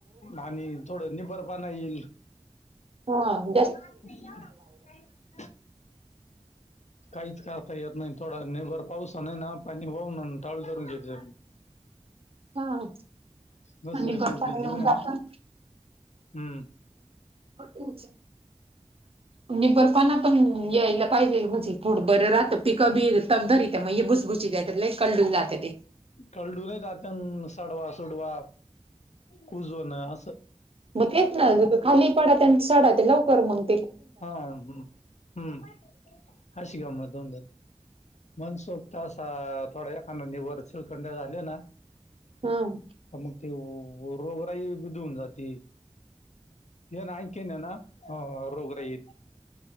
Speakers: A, on the left; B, on the right.
A: आणि थोडं निबरपणा ईल.
B: हा आहे.
A: काम ते का नाही ना
B: <inaudible>
A: <unintelligible> काहीच करता येत नाही थोडा निबर पावसानेणा पाणी वाहून आणि टाळू धरून घेतले.
B: हा आणि
A: बस या
B: निबर
A: बीज
B: पानी
A: बीजी
B: राहुन
A: नाही
B: जाताना.
A: ना हम्म.
B: असं होतं <unintelligible> निबरपणा पण यायला पाहिजे म्हंजे थोड बरं राहतं पिक बी तग धरित्या मग हे भुसभुशीत लई कल्डून जाते ते.
A: कळडूनाय जात अन सडवा, सोडवा कुजून असं.
B: म तेच ना इथे खाली पडत्या अन सडत्या लवकर मंग.
A: हा हम्म, हम्म हशी गमत होऊन जाते. मनसोक्त असा थोडा येखानदा निबर चिळखंडे झाले ना
B: ह्म्म.
A: मग ती रोगराई धुऊन जाती. ह्यांन आणखीन ना अ रोगराई ये.